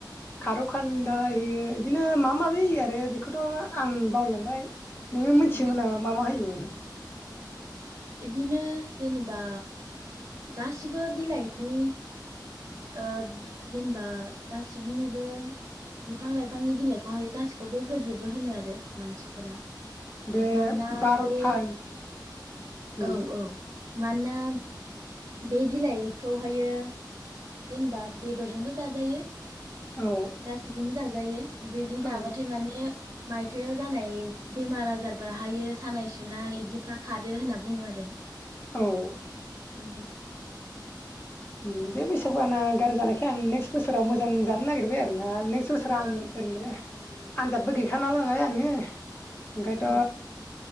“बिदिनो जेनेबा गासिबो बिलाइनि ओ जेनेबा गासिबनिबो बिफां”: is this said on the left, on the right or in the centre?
Right